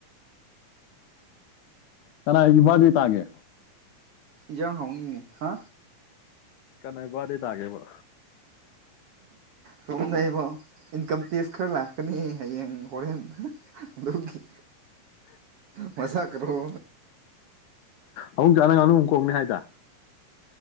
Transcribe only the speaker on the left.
ꯆꯅꯥ ꯗ ꯇꯑꯒꯦ
ꯀꯅꯥꯏ ꯋꯥꯗꯤ ꯇꯥꯒꯦꯕ
ꯑꯃꯨꯛ ꯆꯥꯅ ꯉꯥꯅꯨ ꯑꯃꯨꯛ ꯈꯣꯡꯅꯤ ꯍꯥꯏꯗ